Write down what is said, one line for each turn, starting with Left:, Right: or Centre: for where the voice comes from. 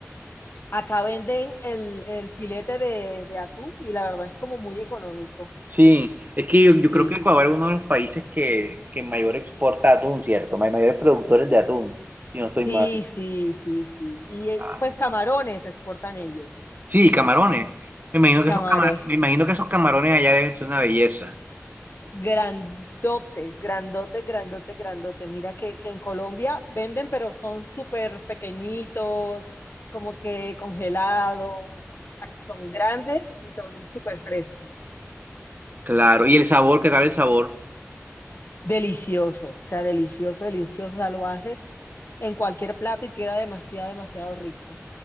Left: Acá venden el, el filete de, de atún y la verdad es como muy económico.
Right: Sí, es que yo, yo
Left: Sí,
Right: creo que Ecuador es uno de los países que, que mayor exporta atún, ¿cierto? Hay mayores productores de atún, si no estoy mal.
Left: sí, sí, sí, sí. Y eh,
Right: Ah,
Left: pues camarones exportan ellos.
Right: Sí, camarones. Me imagino que
Left: Camarones.
Right: esos camarones, me imagino que esos camarones allá deben ser una belleza.
Left: Grandotes, grandote, grandote, grandote. Mira que, que en Colombia venden, pero son súper pequeñitos, como que congelados. Acá son grandes y son súper frescos.
Right: Claro, y el sabor, ¿qué tal el sabor?
Left: Delicioso, o sea, delicioso, delicioso. O sea, lo haces en cualquier plato y queda demasiado, demasiado rico.